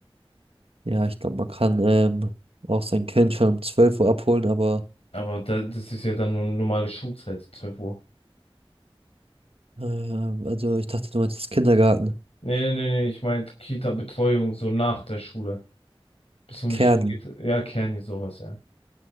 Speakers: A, on the right (about 75°); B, on the left (about 85°).
A: Ja, ich glaube, man kann ähm, auch sein Kind schon um 12 Uhr abholen, aber
B: Aber da, das ist ja dann nur normale Schulzeit, 12 Uhr.
A: ähm, also ich dachte, du meinst das Kindergarten.
B: Nee, nee, nee, nee, ich meinte Kita-Betreuung so nach der Schule. Bis um
A: Kern.
B: wie viel Uhr geht? Ja, Kerni, sowas, ja.